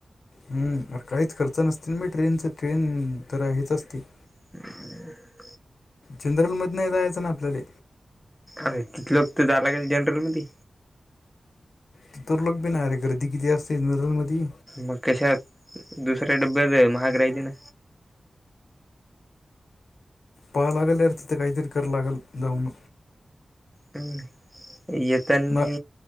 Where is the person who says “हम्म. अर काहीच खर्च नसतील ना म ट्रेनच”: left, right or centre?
Left